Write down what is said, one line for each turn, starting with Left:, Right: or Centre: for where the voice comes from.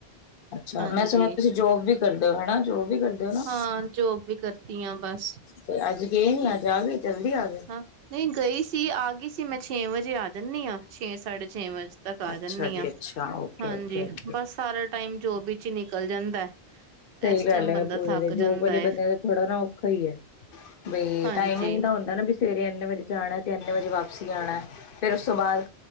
Left: ਅੱਛਾ
Right: ਹਾਂਜੀ।
Left: ਮੈਂ ਸੁਣਿਆ ਤੁਸੀਂ ਜੋਬ ਵੀ ਕਰਦੇ ਹੋ ਹਨਾ ਜੋਬ ਵੀ ਕਰਦੇ ਹੋ ਨਾ
Right: ਹਾਂ, ਜੋਬ ਵੀ ਕਰਦੀ ਆ ਬਸ।
Left: ਤੇ ਅੱਜ ਗਏ ਨੀ
Right: ਹੂੰ,
Left: ਅੱਜ ਆ ਗਏ ਜਲਦੀ ਆ ਗਏ।
Right: ਹਾਂ, ਨਹੀਂ ਗਈ ਸੀ, ਆ ਗਈ ਸੀ, ਮੈਂ ਛੇ ਵਜੇ ਆ ਜਾਂਦੀ ਆ, ਛੇ ਸਾਢੇ ਛੇ ਵਜੇ ਤੱਕ ਆ
Left: ਅੱਛਾ
Right: ਜਾਂਨੀ
Left: ਜੀ
Right: ਆ,
Left: ਅੱਛਾ ਓਕੇ-ਓਕੇ-ਓਕੇ।
Right: ਹਾਂਜੀ। ਬਸ ਸਾਰਾ ਟਾਈਮ ਜੋਬ ਵਿੱਚ ਨਿਕਲ ਜਾਂਦਾ।
Left: ਸਹੀ
Right: ਇਸ
Left: ਗੱਲ
Right: ਟਾਈਮ
Left: ਐ,
Right: ਬੰਦਾ
Left: ਪੂਰੇ
Right: ਥੱਕ
Left: ਦੇ ਜੋਬ
Right: ਜਾਂਦਾ
Left: ਵਾਲੇ
Right: ਹੈ
Left: ਬੰਦਿਆਂ ਦਾ ਥੋੜਾ ਨਾ ਔਖਾ ਈ ਐ। ਬ,
Right: ਹਾਂਜੀ
Left: ਟਾਈਮਿੰਗ ਦਾ ਹੁੰਦਾ ਨਾ, ਬ ਸਵੇਰੇ ਇੰਨੇ ਵਜੇ ਜਾਣਾ ਤੇ ਇੰਨੇ ਵਜੇ ਵਾਪ ਸ ਆਉਣਾ, ਫਿਰ ਉਸ ਤੋਂ ਬਾਅਦ